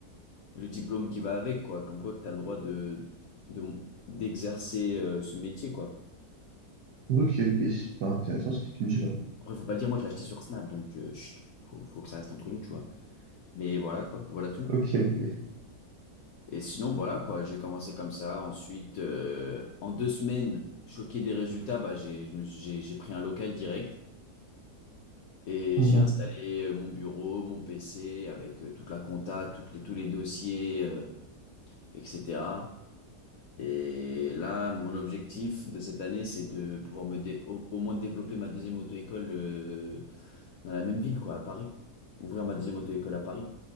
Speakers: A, on the left; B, on the right.
A: le diplôme qui va avec, quoi. Comme quoi que tu as le droit de, de, d'exercer euh, ce métier, quoi.
B: Ok, ok, super intéressant ce que tu me dis là.
A: Après, faut pas le dire, moi, je l'ai acheté sur Snap, donc, euh, chut, faut, faut que ça reste entre nous, tu vois. Mais voilà, quoi, voilà tout.
B: Ok, ok.
A: Et sinon, voilà quoi, j'ai commencé comme ça. Ensuite, euh, en deux semaines, choqué des résultats, bah, j'ai, je me suis- j'ai, j'ai pris un local direct et
B: Mhm.
A: j'ai installé euh, mon bureau, mon PC avec euh, toute la compta, toutes les, tous les dossiers, euh, etc. Et là, mon objectif de cette année, c'est de pouvoir me dé- au, au moins développer ma deuxième auto-école euh, dans la même ville, quoi, à Paris. Ouvrir ma deuxième auto-école à Paris.